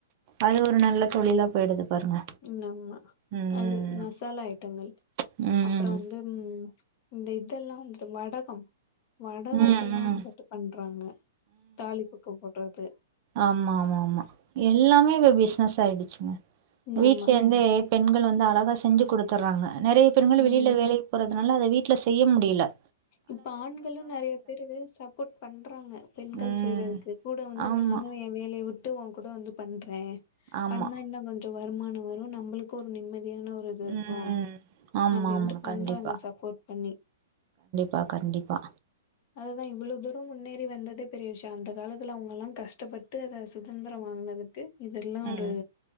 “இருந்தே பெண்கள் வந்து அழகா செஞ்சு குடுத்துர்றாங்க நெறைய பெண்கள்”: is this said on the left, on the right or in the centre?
Right